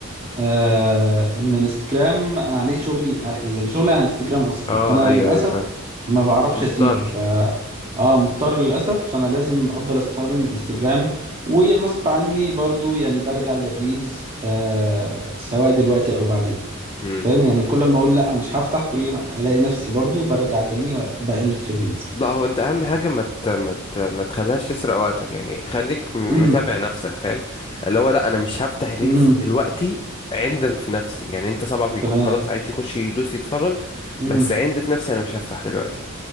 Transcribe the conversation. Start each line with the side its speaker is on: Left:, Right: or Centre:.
Right: آه ان انستجرام انا عليه شغلي علي يعني شغلي على انستجرام اصلا
Left: اه
Right: فانا
Left: ايوه
Right: للاسف
Left: ايوه صح
Right: ما بعرفش
Left: مضطر
Right: اسيبه ف اه مضطر للاسف فانا لازم افضل استخدم انستجرام وغصب عني برضو يعني برجع للريلز آه سواء دلوقتي او بعدين
Left: مم.
Right: فاهم يعني كل ما اقول لا مش هفتح كل ما الاقي نفسي برضو برجع تاني وبقلب في الريلز
Left: لا هو انت اهم حاجه ما مت... مت... ما تخليهاش تسرق وقتك يعني خليك م...
Right: امم
Left: متابع نفسك فاهم اللي هو لا انا مش هفتح ريلز
Right: امم
Left: دلوقتي عندم في نفسي يعني انت صبعك بيكون
Right: تمام
Left: خلاص عادي يخش يدوس يتفرج
Right: امم
Left: بس عند في نفسي انا مش هفتح دلوقتي